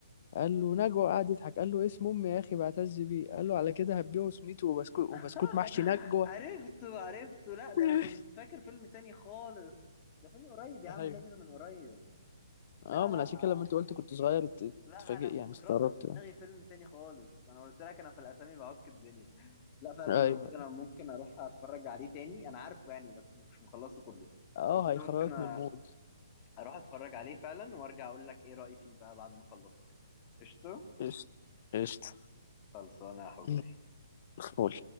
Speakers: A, on the left; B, on the left.
A: قال له نجوى قعد يضحك قال له اسم امي يا اخي بعتز بيه قال له على كده هتبيعه سميته وبسكوت
B: <laughs>
A: وبسكوت محشي نجوى
B: عرفته عرفته لا ده
A: <laughs>
B: انا كنت فاكر فيلم تاني خالص ده فيلم قريب يا
A: ايوه
B: عم نزل من قريب لا
A: اه من
B: لا
A: عشان كده لما انت قلت كنت صغير ات-
B: لا
A: اتفاجئت
B: انا كنت
A: يعني استغربت
B: رابط في دماغي
A: يعني.
B: فيلم تاني خالص انا قلت لك انا في الاسامي بعك الدنيا لا فعلا
A: ايوه
B: لو كده انا ممكن اروح اتفرج عليه تاني انا عارفه يعني بس مش مخلصه كله
A: اه
B: لو كده
A: هيخرجك
B: ممكن أ-
A: من المود
B: اروح اتفرج عليه فعلا وارجع اقول لك ايه رأيي فيه بقى بعد ما اخلصه كده قشطه
A: قشطة قشطة
B: خلصانه يا حبي
A: <laughs> قول